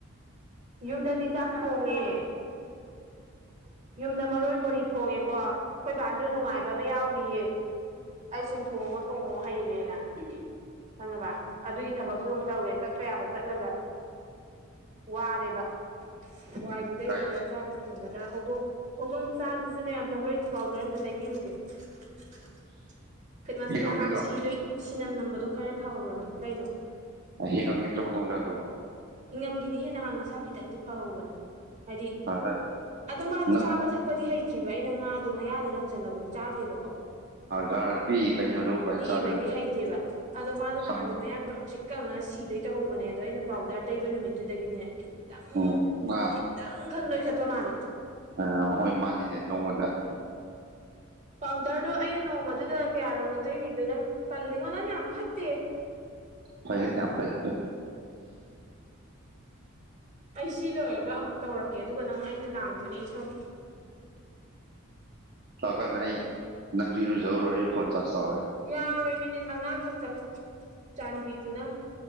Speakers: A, on the right; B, on the right.
A: ꯌꯨꯝꯗꯗꯤ ꯆꯥꯛ ꯊꯣꯡꯉꯦ ꯌꯨꯝꯗ ꯃꯔꯣꯏ ꯕꯣꯔꯤ ꯊꯣꯡꯉꯦꯀꯣ ꯑꯩꯈꯣꯏ ꯕꯥꯁꯨ ꯅꯨꯡꯉꯥꯏꯕ ꯑꯃ ꯌꯥꯎꯔꯤꯌꯦ ꯑꯩ ꯁꯨꯝ ꯊꯣꯡꯉꯣ ꯊꯣꯡꯉꯣ ꯍꯩꯔꯦꯅ ꯈꯪꯉꯕ ꯑꯗꯨꯒꯤ ꯊꯕꯛꯁꯨ ꯑꯃꯨꯛ ꯇꯧꯔꯦ ꯆꯠꯄ ꯌꯥꯕ ꯆꯠꯂꯒ ꯋꯥꯔꯦꯕ ꯋꯥꯏꯕꯨ ꯇꯩꯒꯗ꯭ꯔꯥ
B: ꯀꯥꯏ
A: ꯆꯥꯛꯄ ꯊꯣꯡꯒꯗ꯭ꯔꯥ ꯍꯧꯗꯣꯡ ꯍꯧꯗꯣꯡ ꯆꯥ <unintelligible> ꯈꯠꯃꯁ
B: ꯍꯤꯡꯉꯝꯈꯤꯗ꯭ꯔꯣ
A: ꯅꯍꯥꯟ ꯁꯤꯗꯣꯏ ꯁꯤꯅꯝ ꯅꯝꯕꯗꯣ ꯈꯔ ꯐꯍꯧꯔꯕꯅꯤ ꯀꯩꯅꯣ
B: ꯍꯤꯡ ꯉꯪꯗ꯭ꯔ ꯍꯧ ꯇ ꯍꯧꯖꯥꯗ
A: ꯍꯤꯡꯉꯝꯒꯤꯅꯤ ꯍꯦ ꯅꯍꯥꯟ ꯃꯁꯥ ꯈꯤꯇꯪꯗꯤ ꯐꯍꯧꯕꯅꯦ ꯍꯥꯏꯗꯤ
B: ꯑꯗ
A: ꯑꯗꯣ ꯃꯥꯗꯣ
B: ꯅꯪ
A: ꯆꯥꯕ ꯊꯛꯄꯗꯤ ꯍꯩꯇ꯭ꯔꯤ ꯑꯗꯣ ꯑꯩꯅ ꯉꯥꯗꯣ ꯃꯌꯥꯗ ꯂꯪꯁꯤꯜꯂꯐꯧ ꯆꯥꯗꯦꯕꯀꯣ
B: ꯆꯥꯔ ꯄꯤ ꯀꯩꯅꯣ ꯑꯗꯨ ꯀꯃꯥꯏꯅ
A: ꯄꯤꯕꯒꯤ
B: ꯆꯥꯗꯣꯏꯅꯣ
A: ꯍꯩꯇꯦꯕ ꯑꯗꯣ ꯃꯥꯗꯣ
B: ꯁꯪꯉꯣ
A: ꯅꯍꯥꯟꯗꯤ ꯃꯌꯥꯝ ꯀꯪ ꯊ꯭ꯔꯤꯛ ꯀꯪꯉꯒ ꯁꯤ ꯑꯗꯨꯩ ꯇꯧꯍꯧꯕꯅꯦ ꯑꯗꯣ ꯑꯩꯅ ꯄꯥꯎꯗꯔ ꯇꯩꯕ ꯅꯨꯃꯤꯠꯇꯨꯗꯒꯤꯅꯦ ꯈꯤꯇꯪ
B: ꯎꯝ
A: ꯈꯤꯇꯪ ꯈꯪ ꯅꯣꯏꯈꯠꯄ ꯃꯥꯜꯂꯦ
B: ꯑ ꯍꯣꯏ ꯃꯥꯥꯟꯅꯤꯅꯦ ꯅꯣꯡꯃꯗ
A: ꯄꯥꯎꯗꯔꯗꯣ ꯑꯩꯅ ꯅꯣꯡꯃꯗꯨꯗ ꯀꯌꯥꯔꯛꯅꯣ ꯇꯩꯔꯤꯗꯣ ꯅꯪ ꯄꯜꯂꯤꯉꯣ ꯅꯪ ꯌꯥꯝ ꯐꯠꯇꯦ
B: ꯐꯩꯍꯦ ꯌꯝ ꯐꯩ ꯌꯝ ꯐꯩ
A: ꯑꯩ ꯁꯤ ꯂꯣꯏꯔꯒ ꯑꯃꯨꯛ ꯇꯧꯔꯛꯀꯦ ꯑꯗꯨꯒ ꯅꯪ ꯑꯩꯅ ꯂꯥꯡꯗꯣꯏꯅꯦ ꯏꯁꯧ
B: ꯂꯀꯥꯟꯗ ꯑꯩ ꯅꯪꯗꯤꯔꯨꯖꯧꯔꯣ ꯑꯩꯅ ꯐꯣꯟ ꯆꯥꯥꯁ ꯇꯧꯒꯦ
A: ꯌꯥꯔꯣꯏ ꯃꯤꯅꯤꯠ ꯃꯉꯥ ꯈꯛꯇꯪ ꯆꯥꯟꯕꯤꯗꯨꯅ